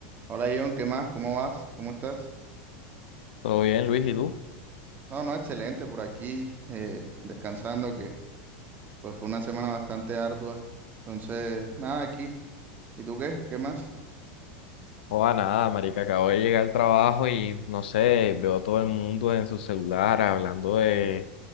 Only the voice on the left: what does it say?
Todo bien, Luis, ¿y tú?
Joda, nada, marica, acabo de llegar al trabajo y no sé, veo a todo el mundo en su celular hablando de,